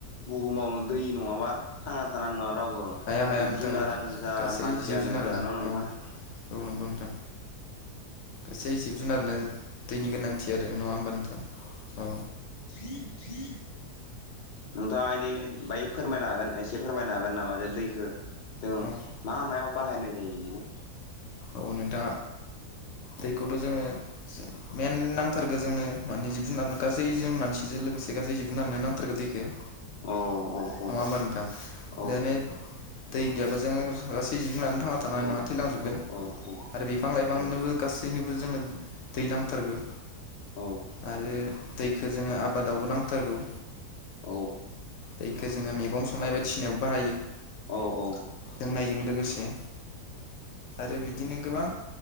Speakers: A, on the left; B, on the left.
A: बुहुमावनो दै नङाबा थांना थानानै नङा रावबो
B: हाया हाया
A: जिब
B: नोंथां
A: जुनारानो
B: औ
A: जा
B: गासै
A: मानसियानो
B: जिब जुनारानो
A: जा न' नोंथां।
B: औ औ नंगौ नोंथां एसे जिब जुनारनो दैनि गोनांथि इदि आरो नङा होमबा नोंथां औ
A: <unintelligible> नोंथाङा इदिनो बाय फोरमायनो हागोन? एसे फोरमायनो हागोन नामा जे दैखौ जोङो
B: औ
A: मा मायाव बाहायनाय जायो बेनि
B: औ नोंथां दैखौथ' जोङो मेेन नांथारगो जोंनो माने जिब जुनारनो गासै जों मानसिजों लोगोसे गासै जिब जुनारनो नांथारगो दैखौ
A: औ औ औ
B: नङा होमबा नोंथां?
A: औ
B: <unintelligible> दै गैयाब्ला जो गासै जिब जुननानै थांना थानाय
A: औ
B: नङा थैलांजोबगोन।
A: औ <unintelligible>
B: आरो बिफां लाइफांनोबो
A: औ
B: गासैनोबो जोंनो दै नांथारगो
A: औ
B: आरो दैखो जोङो आबादावबो नांथारगौ।
A: औ
B: दैखौ जोङो मैगं संनाय बायदिसिनायाव बाहायो।
A: औऔ
B: लोंनायजों लोगोसे आरो बिदिनो गोबां